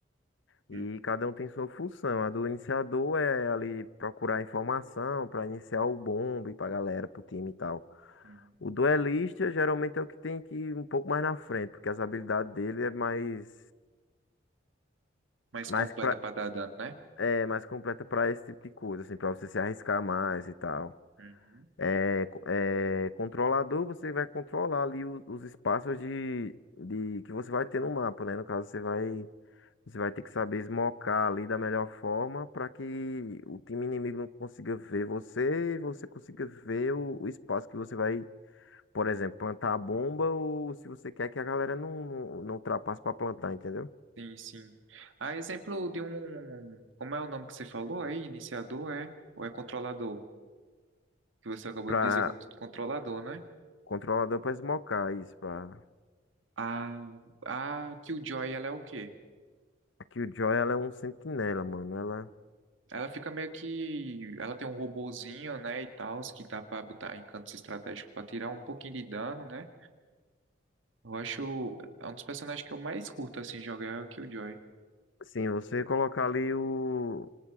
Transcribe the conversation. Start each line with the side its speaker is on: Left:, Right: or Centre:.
Left: E
Right: Hum,
Left: cada um tem sua função. A do iniciador é ali procurar informação para iniciar o bombe pra galera, pro time e tal.
Right: uhum.
Left: O duelista geralmente é o que tem que ir um pouco mais na frente, porque as habilidades dele é mais,
Right: Mais
Left: mais,
Right: completa
Left: pra,
Right: pra dar dano, né?
Left: é, mais completa para esse tipo de coisa, assim, para você se arriscar mais e tal.
Right: Uhum.
Left: É, co- é, controlador, você vai controlar ali o- os, espaços de, de que você vai ter no mapa, né? No caso, você vai, você vai ter que saber esmocar ali da melhor forma para que o time inimigo não consiga ver você e você consiga ver o, o espaço que você vai, por exemplo, plantar a bomba ou se você quer que a galera não, não, não ultrapasse para plantar, entendeu?
Right: Sim, sim. Ah, exemplo de um. Como é o nome que você falou aí? Iniciador é? Ou é controlador? Que você acabou
Left: Para
Right: de dizer, con- controlador, né?
Left: controlador para esmocar isso, para.
Right: A, a Killjoy, ela é o quê?
Left: Aqui o Joy, ela é um sentinela, mano. Ela,
Right: Ela fica meio que. Ela tem um robozinho, né, e tal, que dá pra botar em cantos estratégicos pra tirar um pouquinho de dano, né? Eu acho. É um dos personagens que eu mais curto, assim, jogar é o Killjoy.
Left: assim, você colocar ali o